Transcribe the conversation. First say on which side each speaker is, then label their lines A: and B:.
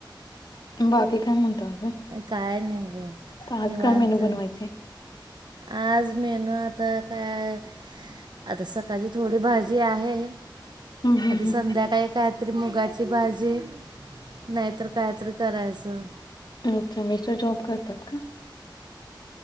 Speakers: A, on the left (about 60°); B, on the right (about 65°).
A: बाकी काय म्हणता अजून?
B: काय नाही मग
A: तर आज
B: निवांत.
A: काय मेनू बनवायचे?
B: आज मेनू आता काय आता सकाळची थोडी भाजी आहे
A: हम्म हम्म
B: आता संध्याकाळी कायतरी मुगाची भाजी नाहीतर कायतरी करायचं.
A: तुमचे मिस्टर जॉब करतात का?